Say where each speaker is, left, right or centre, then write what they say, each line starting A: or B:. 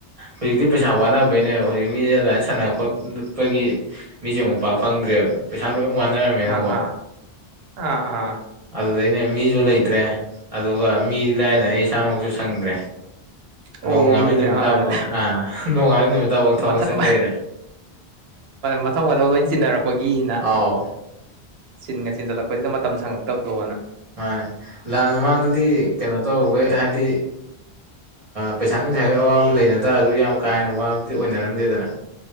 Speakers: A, on the right; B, on the right.
A: ꯍꯧꯖꯤꯛꯇꯤ ꯄꯩꯁꯥ ꯋꯥꯅꯕꯩꯅꯦ ꯍꯧꯖꯤꯛ ꯃꯤꯁꯦ ꯑꯗꯨꯃꯥꯏꯅ ꯁꯥꯟꯅꯔꯛꯄꯣꯄꯒꯤ ꯃꯤꯁꯦ ꯑꯃꯨꯛ ꯄ ꯐꯪꯗ꯭ꯔꯦꯕ ꯄꯩꯁꯥ ꯂꯣꯏꯅ ꯋꯥꯅꯔꯝꯃꯤꯅꯀꯣ
B: ꯑꯥ ꯑꯥ ꯑꯥ ꯑꯥ
A: ꯑꯗꯨ ꯑꯅꯦ ꯃꯤꯁꯨ ꯂꯩꯇ꯭ꯔꯦ ꯑꯗꯨꯒ ꯃꯤꯗꯤ ꯂꯥꯏꯗꯅ ꯑꯩ ꯏꯁꯥꯃꯛꯁꯨ ꯁꯪꯗ꯭ꯔꯦ
B: ꯑꯣ
A: ꯅꯣꯡ ꯉꯥꯟꯕ
B: ꯃꯤꯁꯦ
A: ꯅꯨꯃꯤꯠꯇꯐꯥꯎ
B: ꯑꯥ
A: ꯑꯥ ꯅꯣꯡꯉꯥꯥꯟꯕ ꯅꯨꯃꯤꯠꯇꯐꯥꯎ
B: ꯃꯊꯪ
A: ꯊꯕꯛ ꯆꯠ ꯂꯩꯔꯦ
B: ꯃꯊꯧ ꯃꯊꯧ ꯂꯣꯏ ꯆꯤꯟꯅꯔꯛꯄꯒꯤꯅ
A: ꯑꯥꯎ
B: ꯆꯤꯟꯒ ꯆꯤꯟꯖꯜꯂꯛꯄꯁꯤꯗ ꯃꯇꯝ ꯁꯪꯉꯛꯇꯕꯗꯣꯅ
A: ꯃꯥꯅꯦ ꯂꯥꯟ ꯃꯃꯥꯡꯗꯗꯤ ꯀꯩꯅꯣ ꯇꯧꯈꯩ ꯍꯥꯏꯗꯤ ꯄꯩꯁꯥ ꯅꯨꯡꯁꯥꯒꯤ ꯑꯋꯥꯕ ꯂꯩꯅ ꯇꯥꯔꯁꯨ ꯌꯥꯝ ꯀꯥ ꯍꯦꯟꯅ ꯋꯥꯕꯗꯤ ꯑꯣꯏꯅꯔꯝꯗꯦꯗꯅ